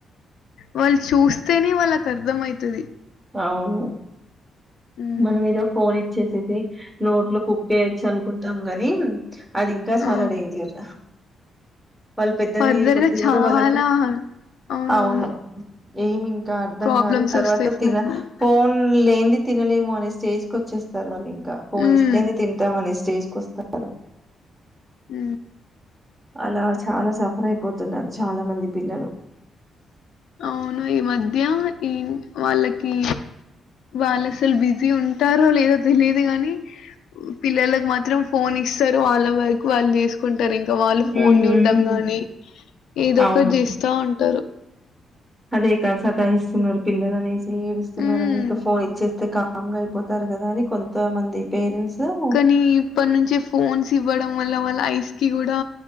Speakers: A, on the left; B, in the centre.
A: వాళ్ళు చూస్తేనే వాళ్ళకు అర్థం అయితది
B: అవును
A: హ్మ్
B: మన ఏదో ఫోన్ ఇచ్చేసేది నోట్లో కుక్కేయాచ్చు అనుకుంటాం గాని అది ఇంకా చాలా
A: ఆ
B: డేంజర్ వాళ్ళు పెద్దగా
A: ఫర్దర్గా
B: అయ్యే కొద్దిీ
A: చాలా
B: కూడా వాళ్ళకు
A: అవునవును
B: అవును ఏమి ఇంకా అర్థం
A: ప్రాబ్లమ్స్
B: కాదు తర్వాత
A: వస్తాయి
B: తిన
A: ఫర్దర్
B: ఫోన్ లేంది తినలేము అనే స్టేజ్కి వచ్చేస్తారు వాళ్ళు ఇంకా ఫోన్
A: హ్మ్
B: ఇస్తేనే తింటాంనే స్టేజ్ కు వస్తారు
A: ఉ
B: అలా చాలా సఫర్ అయిపోతున్నారు చాలా మంది పిల్లలు
A: అవును ఈ మధ్య ఇన్ వాళ్ళకి వాళ్ళు అసలు బిజీ ఉంటారో లేదో తెలిదు గాని పిల్లలలకు మాత్రం ఫోన్ ఇస్తారు వాళ్ళ వరకు వాళ్ళు చేసుకుంటారు ఇంక్ ఇంకా వాళ్ళు ఫోన్
B: హ్మ్ హ్మ్
A: చూడ్డం గానీ ఏదో
B: అవును.
A: ఒకటి చేస్తా ఉంటారు
B: అదే కా సతా ఇస్తున్నారు పిల్లలు అనేసి ఏడుస్తున్నారు
A: హ్మ్.
B: అని ఇక ఫోన్ ఇచ్చేస్తే క కంగా అయిపోతారు కదా అని కొంతమంది పేరెంట్స్ అవును.
A: కానీ ఇప్పటి నుంచే ఫోన్స్ ఇవ్వడం మళ్ల వాళ్ళ ఐస్ కి కూడా